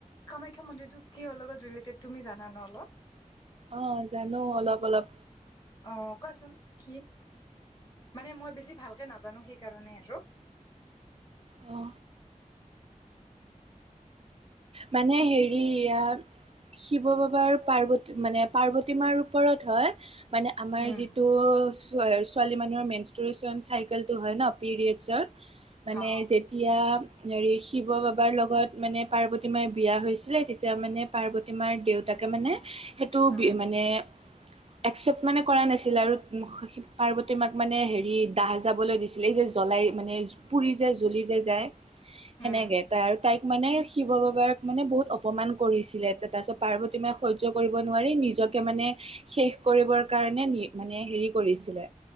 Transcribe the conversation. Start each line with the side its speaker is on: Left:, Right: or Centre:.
Left: কামাখ্যা মন্দিৰটো কি লগত ৰিলেটেড তুমি জানা ন অলপ
Right: অ, জানো অলপ - অলপ।
Left: অ, কোৱাচোন কি? মানে মই বেছি ভালকে নাজানো সেইকাৰণে আৰু।
Right: অ মানে হেৰিয়া শিৱ বাবাৰ পাৰ্বত মানে পাৰ্বতীমাৰ ওপৰত হয় মানে আমাৰ
Left: উম
Right: যিটো ছোৱালী মানুহৰ মেইন ষ্টৰেচন চাইকেল টো হয় ন পিৰিয়ডছৰ মানে
Left: অ
Right: যেতিয়া হৰি শিৱ বাবাৰ লগত মানে পাৰ্বত মাই বিয়া হৈছিলে তেতিয়া মানে পাৰ্বতী মাৰ দেউতাকে মানে সেইটো
Left: উম
Right: বি মানে একচেপট মানে কৰা নাছিলে আৰুি পাৰ্বতী মাক মানে হেৰি দাহ যাবলৈ দিছিলে এই যে লায় মানে পুৰি যে জ্বলি যে যায় সেনেকে
Left: উম
Right: তাইক মানে শিৱ বাবা মানে বহুত অপমান কৰিছিলে তাৰ পিছত পাৰ্বতী মে সয্য কৰিব নোৱাৰি নিজকে মানে শেষ কৰিবৰ কাৰণে মানে হেৰি কৰিছিলে